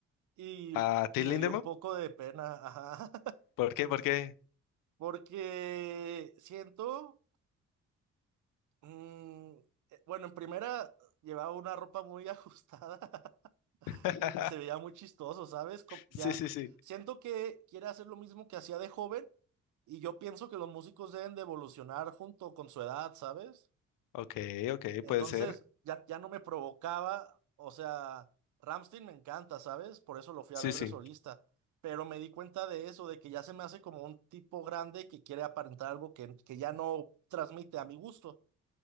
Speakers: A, on the right (about 60°); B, on the left (about 70°).
A: y,
B: ¿A Till
A: y me
B: Lindemann?
A: dio un poco de pena, ajá,
B: ¿Por qué? ¿Por qué?
A: <laughs> porque siento Mm, eh, bueno, en primera llevaba una ropa muy <laughs> ajustada
B: <laughs>
A: y, y se veía muy chistoso, ¿sabes? Com- ya
B: Sí, sí, sí.
A: siento que quiere hacer lo mismo que hacía de joven y yo pienso que los músicos deben de evolucionar junto con su edad, ¿sabes?
B: Ok, ok,
A: Entonces
B: puede ser.
A: ya, ya no me provocaba, o sea, Rammstein me encanta, ¿sabes? Por eso lo fui
B: Sí,
A: a ver
B: sí.
A: de solista, pero me di cuenta de eso, de que ya se me hace como un tipo grande que quiere aparentar algo que, que ya no transmite a mi gusto.